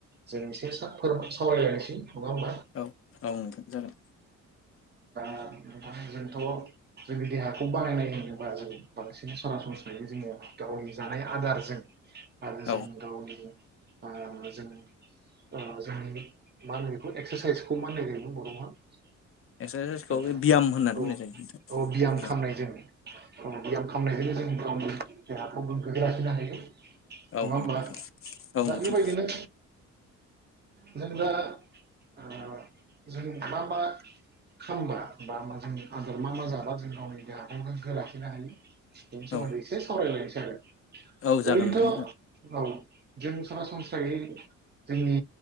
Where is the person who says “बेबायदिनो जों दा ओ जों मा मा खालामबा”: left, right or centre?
Right